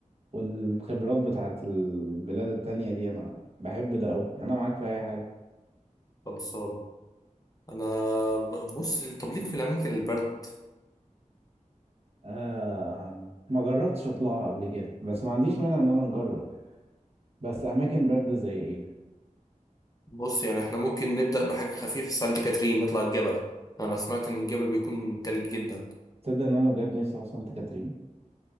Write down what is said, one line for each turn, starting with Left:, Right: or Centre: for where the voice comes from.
Right: والخبرات بتاعت البلاد التانية دي انا بحب ده اوي انا معاك في اي حاجة
Left: خلصان انا ب- بص طب ليك في الاماكن البرد
Right: آه ما جربتش اطلعها قبل كده بس ما عنديش مانع ان انا نجرب بس اماكن باردة زي ايه
Left: بص يعني احنا ممكن نبدا بحاجه خفيفه في سانت كاترين نطلع الجبل انا سمعت ان الجبل بيكون تلج جدا
Right: تصدق ان انا بجد نفسي اروح سانت كاترين